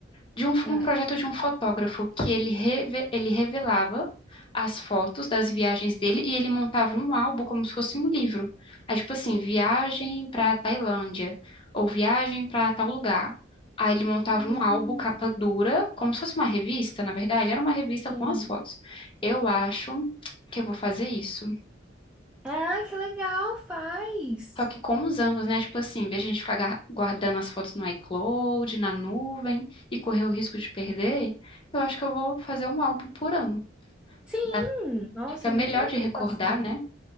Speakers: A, on the left; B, in the centre.
A: de um,
B: Hum.
A: um projeto de um fotógrafo que ele, reve- ele revelava as fotos das viagens dele e ele montava um álbum como se fosse um livro. Aí, tipo assim, viagem para Tailândia ou viagem para tal lugar. Aí ele montava
B: Hum,
A: um álbum capa dura, como se fosse uma revista, na verdade, era uma revista
B: sim.
A: com as fotos. Eu acho que eu vou fazer isso.
B: Ah, que legal, faz.
A: Só que com os anos, né? Tipo assim, em vez de a gente ficar gar- guardando as fotos no iCloud, na nuvem e correr o risco de perder, eu acho que eu vou fazer um álbum por ano.
B: Sim,
A: Dá-
B: nossa,
A: Fica melhor
B: muito legal.
A: de recordar,
B: assim.
A: né?